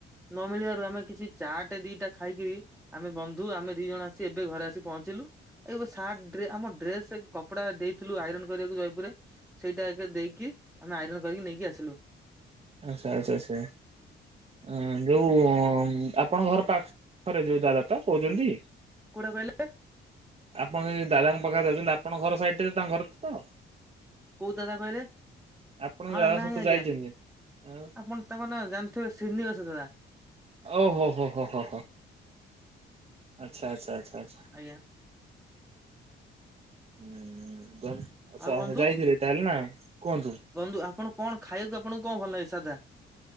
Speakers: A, in the centre; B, on the right (about 30°).
A: ନ ମିଳିବାରୁ ଆମେ କିଛି ଚାଟେ ଦିଟା ଖାଇକିରି‌ ଆମେ ବନ୍ଧୁ ଆମେ ଦି ଜଣ ଆସି ଏବେ ଘରେ ଆସି ପହଞ୍ଚିଲୁ। ଏଇଯଉ ସାର୍ଟ ରେ ଆମ ଡ୍ରେସ୍ କପଡା ଦେଇଥିଲୁ ଆଇରନ୍ କରିବାକୁ ଜୟପୁରରେ। ସେଇଟା ଏବେ ଦେଇକି ଆମେ ଆଇରନ୍ କରିକି ନେଇକି ଆସିଲୁ।
B: ଆଚ୍ଛା-ଆଚ୍ଛା-ଆଚ୍ଛା। ଅ ଯୋଉ ଆପଣଙ୍କ ଘର ପାଖରେ ଯୋଉ ଦାଦା ତ କହୁଛନ୍ତି?
A: କୋଉଟା କହିଲେ?
B: ଆପଣ ଏଇ ଦାଦାଙ୍କ ପାଖରେ ରହୁଛନ୍ତି ଆପଣଙ୍କ ଘର ସାଇଟ୍ ରେ ତାଙ୍କ ଘର ତ??
A: କୋଉ ଦାଦା କହିଲେ
B: ଆପଣଙ୍କ
A: ଆ
B: ଦାଦା
A: ନାଇଁ
B: ସହିତ
A: ଆଜ୍ଞା
B: ଯାଇଚନ୍ତି ଯେ।
A: ଆପଣ ତାଙ୍କ ନାଁ ଜାଣିଥିବେ ଶ୍ରୀନିବାସ ଜେନା।
B: ଓ ହୋ-ହୋ-ହୋ-ହୋ-ହୋ ଆଚ୍ଛା-ଆଚ୍ଛା-ଆଚ୍ଛା-ଆଚ୍ଛା।
A: ଆଜ୍ଞା।
B: ହୁଁ ଯ ଆଚ୍ଛା-ଆଚ୍ଛା
A: ଆଉ ବନ୍ଧୁ
B: ଯାଇଥିଲେ ତାହେଲେ ନା କୁହନ୍ତୁ।
A: ବନ୍ଧୁ ଆପଣ କଣ ଖାଇବାକୁ ଆପଣଙ୍କୁ କଣ ଭଲ ଲାଗେ ସାଧା?